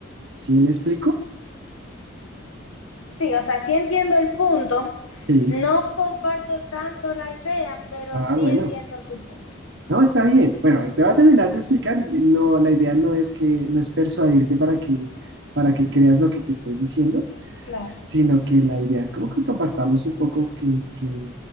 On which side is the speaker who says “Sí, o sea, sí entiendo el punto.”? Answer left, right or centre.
Left